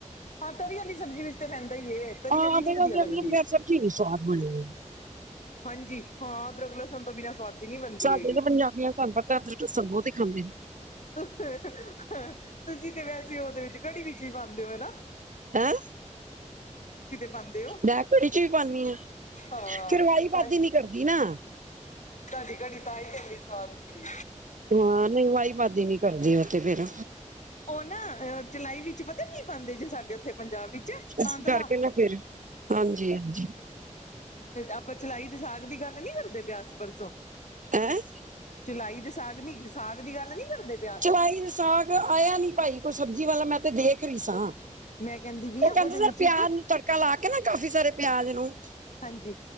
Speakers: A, on the left; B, on the right.
A: ਹਾਂ ਤਰੀ ਵਾਲੀ ਸਬਜ਼ੀ ਵਿੱਚ ਤੇ ਪੈਂਦਾ ਈ ਏ ਤਰੀ
B: ਹਾਂ
A: ਵਾਲੀ ਨੀ
B: ਫਿਰ
A: ਵਧੀਆ
B: ਉਹਨੇ
A: ਲੱਗਦੀ।
B: ਆਪਣਾ ਸਬਜੀ ਨਹੀਂ ਸਵਾਦ ਬਣਦੀ।
A: ਹਾਂਜੀ ਹਾਂ ਅਦਰਕ ਲਸਣ ਤੋਂ ਬਿਨਾਂ ਸੁਵਾਦੀ ਨਹੀਂ ਬਣਦੀ
B: ਸਾਡੇ
A: ਹੈਗੀ
B: ਤੇ ਪੰਜਾਬੀਆਂ ਦਾ ਤੁਹਾਨੂੰ ਪਤਾ। ਲਸਣ ਅਦਰਕ ਤਾਂ ਬਹੁਤ <unintelligible> ਖਾਂਦੇ ਨੇ।
A: ਤੁਸੀਂ ਤੇ ਵੈਸੇ ਉਹਦੇ ਵਿੱਚ ਕੜੀ ਵਿੱਚ ਵੀ ਪਾਉਦੇ ਹੋ ਹਨਾ।
B: ਹੈਂ
A: ਪਾਉਂਦੇ ਹੋ
B: ਮੈ ਕੜੀ ਚ ਵੀ ਪਾਦੀ ਹ।
A: ਹਾਂ
B: ਫਿਰ ਵਾਈ
A: ਤਾਂ
B: ਵਾਦੀ ਨੀ ਕਰਦੀ ਨਾ।
A: ਤੁਹਾਡੀ ਕੜੀ ਤਾਹੀ ਤੇ ਇੰਨੀ ਸਵਾਦ ਹੁੰਦੀ।
B: ਹਾਂ ਨਹੀਂ ਵਾਹੀ ਬਾਦੀ ਨੀ ਕਰਦੀ ਉਹ ਤੇ ਫੇਿਰ।
A: ਉਹ ਨਾ ਚਲਾਈ ਵਿੱਚ ਪਤਾ ਕੀ ਪਾਦੇ ਜੇ ਸਾਡੇ ਉੱਥੇ ਪੰਜਾਬ ਵਿੱਚ
B: ਇਸ
A: ਤਾਨਦਲਾ।
B: ਕਰਕੇ ਨਾ ਫੇਰ ਹਾਂਜੀ, ਹਾਂਜੀ।
A: ਆਪਾਂ ਚਲਾਈ ਦ ਸਾਗ ਦੀ ਗੱਲ ਨੀ ਕਰਦੇ ਆਸ ਪਰਸੋਂ।
B: ਹੈਂ
A: ਚੁਲਾਈ ਤੇ ਸਾਗ ਨੀ ਸਾਗ ਦੀ ਗੱਲ ਨੀ ਕਰਦੇ ਪਿਆ।
B: ਚਲਾਈ ਤੇ ਸਾਗ ਆਇਆ ਨੀ ਭਾਈ ਕੋਈ ਸਬਜ਼ੀ ਵਾਲਾ ਮੈਂ ਤੇ ਦੇਖ ਰਹੀ ਸਾਂ।
A: ਮੈਂ ਕਹਿੰਦੀ ਪਈ
B: ਉਹ
A: ਆ
B: ਕਹਿੰਦੇ
A: ਉਹਦੇ
B: ਸਰ
A: ਵਿੱਚ
B: ਪਿਆਜ
A: ਇੱਕ
B: ਨੂੰ ਤੜਕਾ ਲਾ ਕੇ ਨਾ ਕਾਫੀ ਸਾਰੇ ਪਿਆਜ ਨੂੰ।
A: ਹਾਂਜੀ